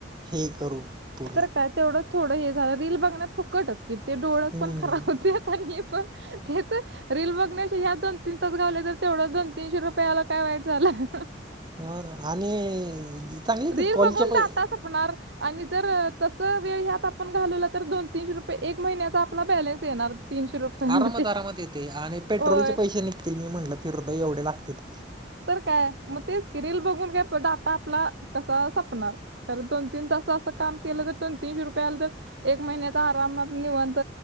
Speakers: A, on the right (about 25°); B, on the right (about 65°).
A: हे करू पूर्ण
B: तर काय तेवढं थोडं हे झालं रील बघण्यात फुकटच की ते डोळत
A: हम्म
B: पण खराब होत्यात आणि हे पण ते तर रील बघण्याचे यात दोन तीन तास गालवले तर तेवढं दोन तीनशे रुपये आल काय वाईट झालं.
A: हा ना आणि चांगले येतेत
B: रीर
A: कॉलच्या
B: बघून
A: पै
B: डाटा संंप हुणार आणि जर तस वेळ ह्यात आपण घालवला तर दोन तीनशे रुपये एक महिन्याचा आपला बॅलेन्स येणार तीनशे रुपय मध्ये
A: आरामात आरामात येते आणि पेट्रोलचे
B: होय
A: पैसे निघतील मी म्हटलं फिरद एवढे लागत्यात
B: तर काय मग तेच कि रील बघून काय तो डाटा आपला कसा सपणार खरं दोन तीन तास असं काम केलं तर दोन तीनशे रुपया आल तर एक महिन्यात आरामात निवांत